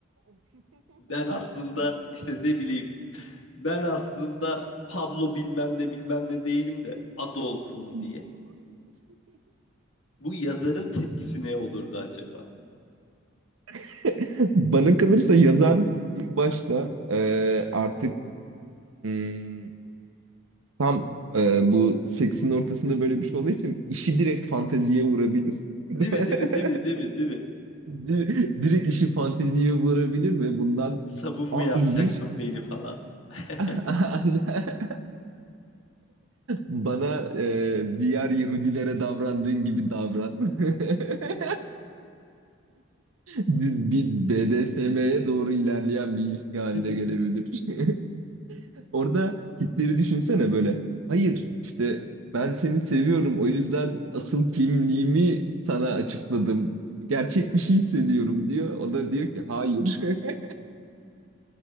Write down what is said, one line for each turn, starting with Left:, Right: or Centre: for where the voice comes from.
Left: Ben aslında işte ne bileyim ben aslında Pablo bilmem ne bilmem ne değilim de Adolf'um
Right: <laughs>
Left: diye. Bu yazarın tepkisi ne olurdu acaba?
Right: <laughs> Bana kalırsa yazar ilk başta e, artık hmm, tam e, bu seksin ortasında böyle bir şey olduğu için işi direkt fanteziye vurabilir.
Left: Değil
Right: <laughs>
Left: mi değil mi değil mi değil mi değil mi?
Right: Di- Direkt işi fanteziye vurabilir ve bundan
Left: Sabun mu
Right: a
Left: yapacaksın
Right: ilginç
Left: beni falan? <laughs>
Right: <laughs> bana e, diğer Yahudilere davrandığın gibi davran. <laughs> Bir BDSM'ye doğru ilerleyen bir ilişki haline
Left: Değil mi?
Right: gelebilir. <laughs> Orada Hitler'i düşünsene böyle. Hayır işte ben seni seviyorum o yüzden asıl kimliğimi sana açıkladım. Gerçek bir şey hissediyorum diyor. O da diyor ki hayır. <laughs>